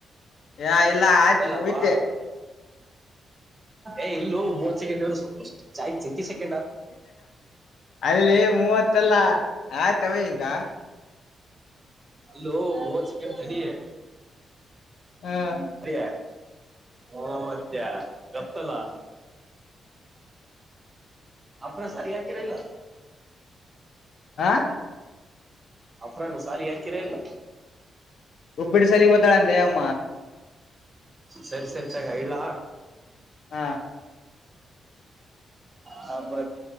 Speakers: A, on the left (about 75°); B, on the right (about 30°).
A: ಯ ಎಲ್ಲಾ ಆಯ್ತು
B: ಹಂಗಲ್ಲಪ್ಪ
A: <unintelligible>
B: ಏ ಇಲ್ಲೂ ಮೂವತ್ ಸೆಕೆಂಡ್ ಇರು ಸ್ವಲ್ಪ ಚ
A: ಅಲ್ಲಿಲ್ಲಿ ಮೂವತ್ತಲ್ಲ ಆಯ್ತಾವ ಈಗ
B: ಅಲೋ ವ ಚಿಕನ್ ಡಿ ಹ
A: ಹ್ಮ
B: ಅರಿಯ ಹ ಮತ್ತೆ ಗಪ್ಪಲ್ಲಾ ಅರ ಸರಿಯಕಿರಲ್ಲ
A: ಆಾ
B: ಅಫ್ರಾನ ಸಾಲ ಯಾಕಿರಾ ಇಲ್ಲ
A: ಉಪ್ಪಿಟ್ಟ ಸಲಿ ಹೋಗತ್ತಾಳಂತೆ ಅಮ್ಮ
B: ಸರಿ ಸರಿ ತಗ ಇಲ್ಲಾ
A: ಹಾ
B: ಹ ಮತ್ತ